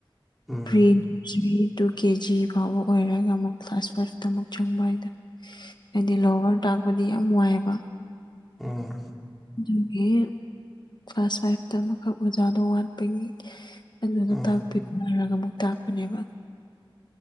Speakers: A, in the centre; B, on the left.
A: ꯎꯝ
B: pre nursery to K G ꯐꯥꯎꯕ ꯑꯣꯏꯔꯒ ꯑꯃꯨꯛ ꯀ꯭ꯂꯥꯁ ꯐꯥꯏꯚꯇ ꯑꯃꯨꯛ ꯆꯪꯕ ꯍꯥꯏꯗ ꯍꯥꯏꯗꯤ ꯂꯣꯋꯔ ꯇꯥꯛꯄꯗꯤ ꯌꯥꯝ ꯋꯥꯏꯌꯦꯕ
A: ꯎꯝ
B: ꯑꯗꯨꯒꯤ ꯀ꯭ꯂꯥꯁ ꯐꯥꯏꯚꯇ ꯑꯃꯈꯛ ꯑꯣꯖꯥꯗꯣ ꯋꯥꯠꯄꯒꯤ ꯑꯗꯨꯗꯣ
A: ꯎꯝ
B: ꯇꯥꯛꯄꯤꯔꯝꯃ‌ꯣ ꯍꯥꯏꯔꯒ ꯑꯃꯨꯛ ꯇꯥꯛꯄꯅꯦꯕ